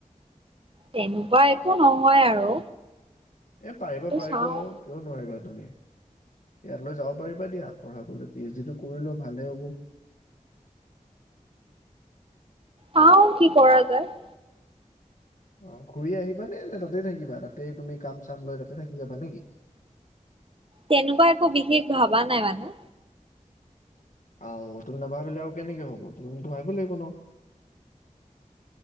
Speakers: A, on the right; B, on the left.
A: তেনুকুৱা একো নহয় আৰু।
B: এ, পাৰিবা
A: সেইটো
B: পাৰিবা
A: চাওঁ
B: অ, কিয় নোৱাৰিবা। তুমি ইয়ালৈ যাব পাৰিবা দিয়া পঢ়াবলৈ পি এইচ ডি টো কৰিলোৱা ভালে হ'ব ।
A: চাও কি কৰা যায় ।
B: অ ঘূৰি আহিবা নে নে তাতে থাকিবা তাতে তুমি কাম চাম লৈ তাতে থাকি যাবা নেকি?
A: তেনেকুৱা একো বিশেষ ভবা নাই মানে ।
B: আও তুমি নাভাবিলে আৰু কেনেকৈ হ'ব তুমিটো ভাবিব লাগিব ন।